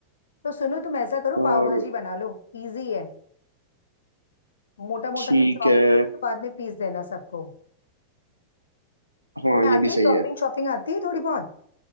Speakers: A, on the left (about 70°); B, on the right (about 90°).
A: तो सुनो तुम ऐसा करो
B: और
A: पाव भाजी बना लो इजी है मोटा मोटा
B: ठीक
A: भी चॉप
B: है
A: करोगे तो बाद में पीस देना सबको
B: हाँ
A: तुम्हें
B: ये
A: आती
B: भी सही
A: है चॉपिंग
B: है
A: शॉपिंग आती है थोड़ी बहुत